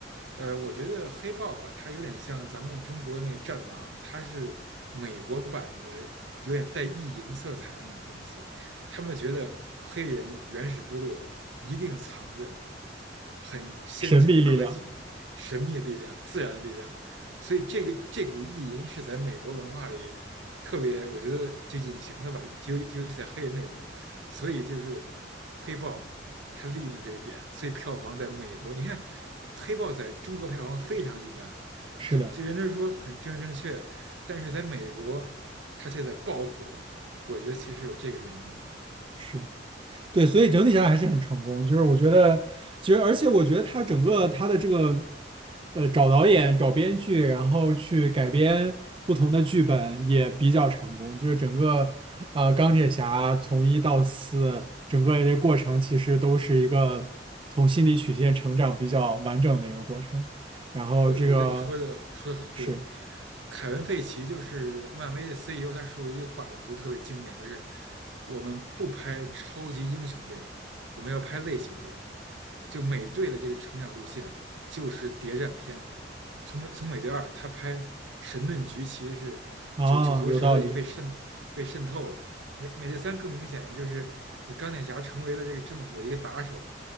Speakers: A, on the right; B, on the right.
A: 呃，我觉得黑豹吧，它有点像咱们中国那个战狼，它是美国版的，有点带意淫色彩的那种东西。他们觉得黑人原始部落一定藏着很先进的科技、
B: 神秘力量，
A: 神秘的力量、自然的力量，所以这个这股意淫是在美国文化里特别，我觉得就隐形了吧，就尤其在黑人内部，所以就是黑豹。他利用这一点，所以票房在美国，你看《黑豹》在中国票房非常一般，
B: 是的，
A: 就就人家说很正正确，但是在美国它却在爆火，我觉得其实有这个原因的。
B: 是对，所以整体上还是很成功。就是我觉得，其实而且我觉得他整个他的这个，呃，找导演、找编剧，然后去改编不同的剧本也比较成功。就是整个呃钢铁侠从一到四整个的过程，其实都是一个从心理曲线成长比较完整的一个过程。然后这个
A: 我我觉得你说的说的很对，
B: 是
A: 凯文·费奇就是漫威的 CEO，他说过一句话，我觉得特别经典，就是我们不拍超级英雄电影，我们要拍类型电影。就美队的这个成长路线就是谍战片，从美从美队二他拍神盾局其实是九九头蛇的一被渗被渗透了，
B: 啊，有道理。
A: 美美队三更明显，呀，就是你钢铁侠成为了这个政府的一个打手，